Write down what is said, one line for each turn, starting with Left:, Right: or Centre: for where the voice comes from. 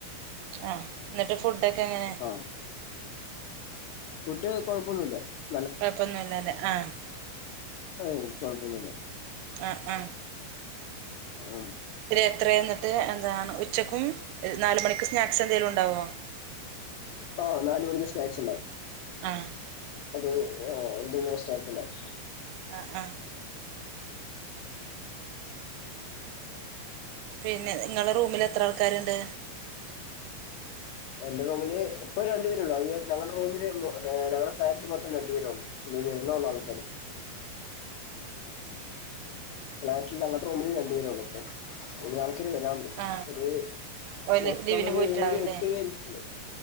Right: ആഹ് ഇന്ന്ട്ട് ഫുഡെക്കെങ്ങനെ
Left: ആഹ് ഫുഡ് കൊഴപ്പൊന്നുല്ല
Right: കൊഴപ്പൊന്നും ഇല്ലാല്ലേ ആഹ്
Left: ഏയ് കൊഴപ്പൊന്നുല്ല
Right: ആഹ് ആഹ്
Left: ആ
Right: <unintelligible> എത്രെ ഇന്ന്ട്ട് എന്താണ് ഉച്ചക്കും ഏഹ് നാലുമണിക്ക് സ്നാക്സെന്തേലുണ്ടാവോ
Left: ആഹ് നാല് മണിക്ക് സ്നാക്സ് ഇണ്ടാവും
Right: ആഹ്
Left: അത് ആഹ് എന്തെങ്കിലും സ്നാക്ക്ണ്ടാവും
Right: ആഹ് ആഹ്
Left: ഉം
Right: പിന്നെ ഇങ്ങളെ റൂമിലെത്ര ആൾക്കാര്ണ്ട്
Left: എന്റെ റൂമില് ഇപ്പ രണ്ട് പേരോള്ളു <unintelligible> ഞങ്ങള്ടെ റൂമില് മൊ ഏഹ് ഞങ്ങടെ ഫ്ലാറ്റില് മൊത്തം രണ്ട് പേരോള്ളു ഇനി വര്ണോള്ളു ആൾക്കാര് ഫ്ളാറ്റിൽ ഞങ്ങള്ടെ റൂമില് രണ്ട് പേരോള്ളു ആഹ് ഇനി ആൾക്കാര് വരാൻ
Right: ആ
Left: ഒര്
Right: ഓല്
Left: മൊത്തം
Right: ലീവിന്
Left: ഒര്
Right: പോയിട്ടാവല്ലേ
Left: ഏഴ്, എട്ട് പേര്ക്ക്